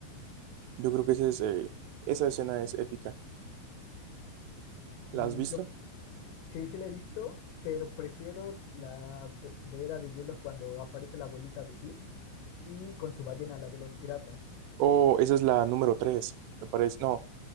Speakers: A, on the right (about 80°); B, on the left (about 75°).
A: Yo creo que ese es, eh, esa escena es épica. ¿La
B: Mm,
A: has visto?
B: yo sí, sí la he visto, pero prefiero la pe- de Era de Hielo cuando aparece la abuelita de Sid y con su ballena, la de los piratas.
A: O esa es la número tres, me parece. No,